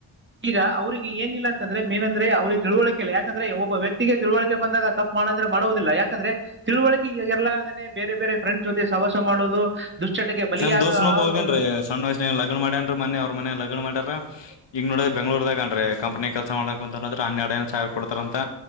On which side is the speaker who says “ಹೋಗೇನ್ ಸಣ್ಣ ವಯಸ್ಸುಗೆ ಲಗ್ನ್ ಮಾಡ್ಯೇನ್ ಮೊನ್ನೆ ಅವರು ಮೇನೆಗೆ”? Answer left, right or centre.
Left